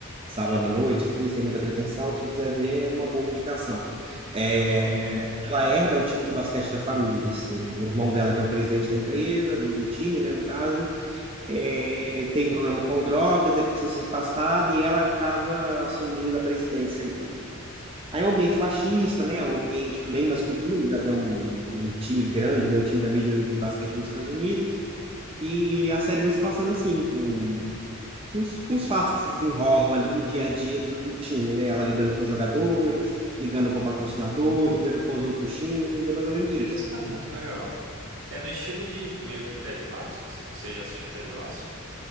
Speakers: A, on the right (about 25°); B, on the right (about 65°).
A: Sábado
B: Hum.
A: à noite, assim, sem muita pretensão. Se você quiser ver, é uma boa indicação. É,
B: Gosto.
A: ela herda o time de basquete da família, assim. O irmão dela, que é o presidente da empresa, do, do time, né, no caso. é, tem um problema com drogas, aí precisa ser afastada e ela acaba assumindo a presidência ali. Aí é um ambiente machista, né? É um ambiente
B: Hum,
A: bem masculino, já que é um, um time grande, né? Um time da Major League de Basquete dos Estados Unidos. E a série vai se passando assim, com, com os, com os fatos que se desenrolam ali no dia a dia do, do time, né? Ela lidando com os jogadores, ligando com o patrocinador, lidando com os outros times, é mais ou menos isso.
B: Interessante, legal. É no estilo de meio que Ted Lasso? Você você já assistiu Ted Lasso?